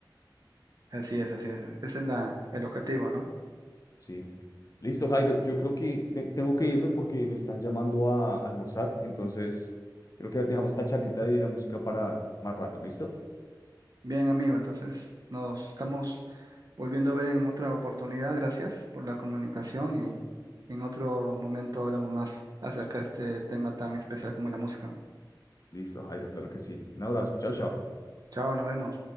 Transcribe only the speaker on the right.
Así es, así es. Ese es la, el objetivo, ¿no?
Bien, amigo, entonces nos estamos volviendo a ver en otra oportunidad. Gracias por la comunicación y en otro momento hablamos más acerca de este tema tan especial como la música.
Chao, nos vemos.